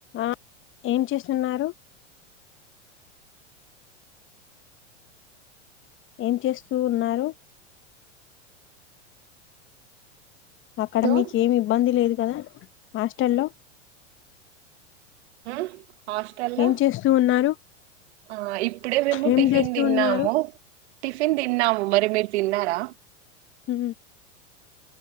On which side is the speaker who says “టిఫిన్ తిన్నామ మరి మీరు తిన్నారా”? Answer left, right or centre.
Right